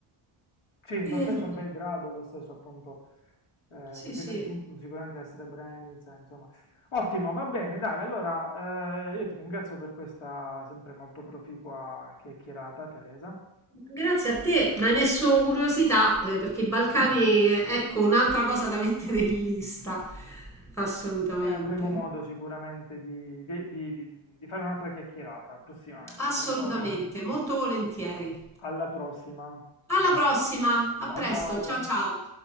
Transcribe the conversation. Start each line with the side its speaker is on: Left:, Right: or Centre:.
Left: sì, lo
Centre: E
Left: stesso
Centre: vabbè,
Left: a Belgrado, lo stesso appunto, eh,
Centre: sì,
Left: questi
Centre: sì.
Left: testi sicuramente a Srebrenica, insomma. Ottimo, va bene, dai, allora eh, io ti ringrazio per questa sempre molto proficua chiacchierata, Teresa,
Centre: Grazie a te, mi hai messo curiosità eh, perché i Balcani, eh, ecco, un'altra cosa da mettere in lista. Assolutamente,
Left: e avremo modo sicuramente di, di di- di- di fare un'altra chiacchierata prossimamente,
Centre: assolutamente,
Left: d'accordo?
Centre: molto volentieri.
Left: Alla prossima,
Centre: Alla prossima, a
Left: ciao
Centre: presto,
Left: ciao!
Centre: ciao ciao.